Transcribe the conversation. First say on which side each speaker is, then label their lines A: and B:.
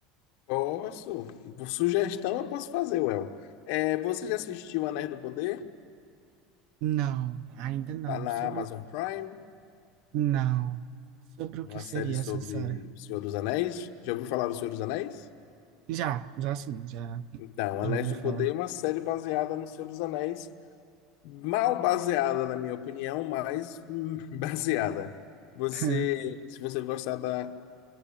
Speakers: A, on the left; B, on the right.
A: Posso. Por sugestão, eu posso fazer, Well. É, você já assistiu Anéis do Poder?
B: Não, ainda não.
A: Tá na
B: Sobre
A: Amazon
B: o...
A: Prime,
B: Não. Sobre o
A: uma
B: que seria
A: série sobre
B: essa série?
A: o Senhor dos Anéis. Já ouviu falar do Senhor dos Anéis?
B: Já, já sim, já.
A: Então,
B: Já
A: Anéis
B: ouviu
A: do
B: falar?
A: Poder é uma série baseada no Senhor dos Anéis, mal baseada, na minha opinião, mas hum, <laughs> baseada. Você,
B: <laughs>
A: se você gostar da,